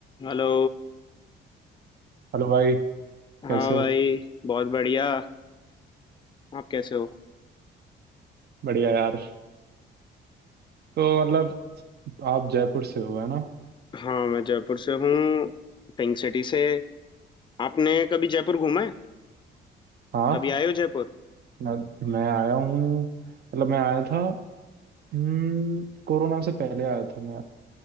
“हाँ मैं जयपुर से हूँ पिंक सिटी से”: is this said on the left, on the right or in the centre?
Left